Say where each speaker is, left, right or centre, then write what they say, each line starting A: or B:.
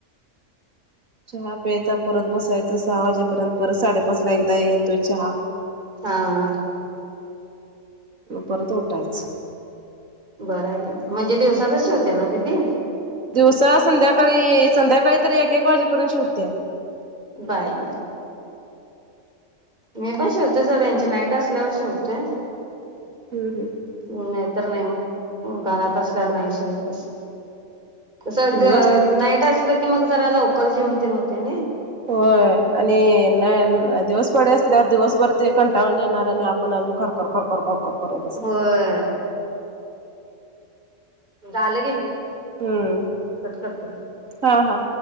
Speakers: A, on the right; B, on the right.
A: चहा प्यायचा परत बसायचा सहा वाजेपर्यंत परत साडेपाच ला एकदा येतोय चहा
B: हा हा
A: मग परत उटायच
B: बरं आहे हे म्हणजे दिवसाचच शिवतेय नव दिदी
A: दिवसा संध्याकाळी संध्याकाळी तरी एक एक वाजेपर्यंत शिव त्या
B: बाई मी पण शिवतोय सोड यांची नाईट असल्यावर शिवतोय <inaudible>
A: हम्म हम्म
B: नय तर नय म हं घरात असल्या वर नाही शिवत बस - तस
A: दिवस
B: जर नाईट असल की मग जरा लवकर जेऊन तेन होतय नही
A: होय आणि दिवस पाडे असल्यावर दिवसभर ते कंटाळून येणार आणि आपण अजून खरखर खरखर खरखर
B: होय
A: करत बसायचं
B: झालं की
A: हं
B: कट करते.
A: हा हा